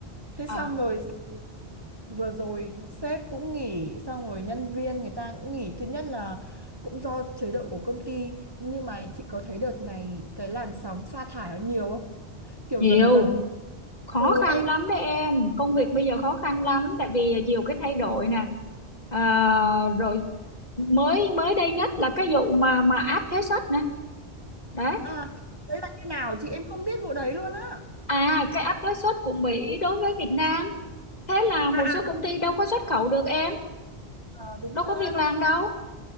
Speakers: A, on the right; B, on the left.
A: Thế
B: à
A: xong rồi vừa rồi sếp cũng nghỉ, xong rồi nhân viên người ta cũng nghỉ. Thứ nhất là cũng do chế độ của công ty. Nhưng mà chị có thấy đợt này cái làn sóng sa thải nó nhiều không? Kiểu
B: nhiều
A: dần dần
B: khó
A: ừ
B: khăn
A: em
B: lắm đấy em công việc bây giờ khó khăn lắm tại vì nhiều cái thay đổi nè à, rồi mới mới đây nhất là cái vụ mà mà áp thuế suất nè đấy
A: à đấy là như nào chị em không biết vụ đấy luôn á.
B: à cái áp thuế suất của Mỹ đối với Việt Nam thế là một
A: À
B: số công ty đâu có xuất khẩu được em
A: Ờ, đúng
B: đâu có
A: ha.
B: việc làm đâu